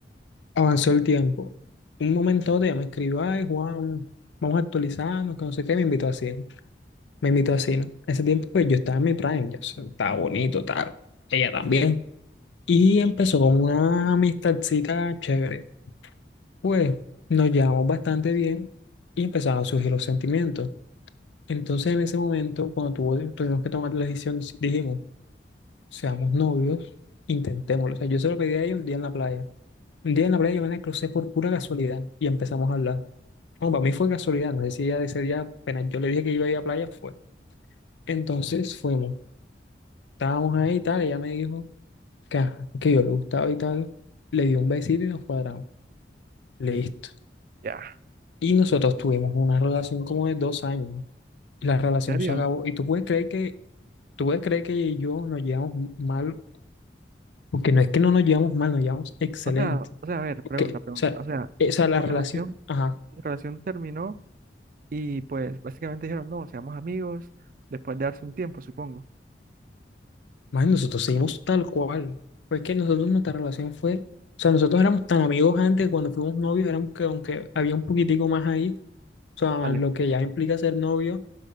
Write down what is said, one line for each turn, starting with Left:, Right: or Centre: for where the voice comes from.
Left: avanzó el tiempo. Un momento de ella me escribió, ay, Juan, vamos a actualizarnos, que no sé qué, me invitó a cine. Me invitó a cine. Ese tiempo, pues yo estaba en mi prime, ya, o sea, estaba bonito, tal. Ella también. Y empezó como una amistadcita chévere. pues nos llevamos bastante bien y empezaron a surgir los sentimientos. Entonces en ese momento, cuando tuvo- tuvimos que tomar la decisión, dijimos, seamos novios, intentémoslo. O sea, yo se lo pedí a ella un día en la playa. Un día en la playa yo me la crucé por pura casualidad y empezamos a hablar. No, para mí fue casualidad, no sé si ella de ese día, apenas yo le dije que iba a ir a la playa, fue. Entonces fuimos, estábamos ahí y tal, ella me dijo que, ajá, que yo le gustaba y tal, le di un besito y nos cuadramos. Listo.
Right: Ya.
Left: Y nosotros tuvimos una relación como de dos años. la relación
Right: ¿En serio?
Left: se acabó. Y tú puedes creer que, tú puedes creer que ella y yo nos llevamos m- mal, porque no es que no nos llevamos mal, nos llevamos excelente.
Right: O sea, o sea, a ver,
Left: Porque,
Right: pregunta,
Left: o
Right: pregunta.
Left: sea,
Right: O sea,
Left: eh, o sea la
Right: su
Left: relación,
Right: relación,
Left: ajá,
Right: su relación terminó y pues básicamente dijeron, no, seamos amigos después de darse un tiempo, supongo.
Left: más nosotros seguimos tal cual. Pues que nosotros nuestra relación fue, o sea, nosotros éramos tan amigos antes, cuando fuimos novios, éramos que aunque había un poquitico más ahí, o sea,
Right: Vale.
Left: lo que ya implica ser novio